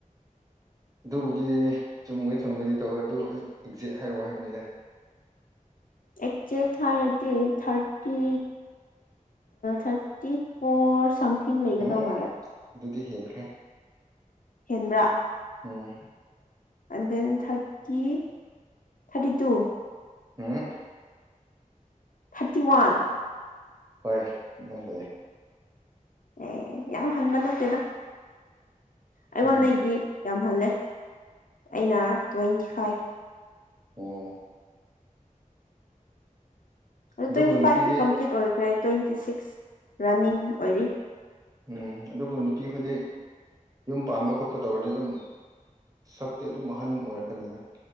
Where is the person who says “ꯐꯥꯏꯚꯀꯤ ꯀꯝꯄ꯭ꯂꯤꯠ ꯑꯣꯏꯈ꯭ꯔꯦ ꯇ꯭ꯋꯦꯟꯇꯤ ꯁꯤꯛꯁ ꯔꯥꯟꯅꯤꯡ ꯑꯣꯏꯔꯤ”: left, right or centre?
Left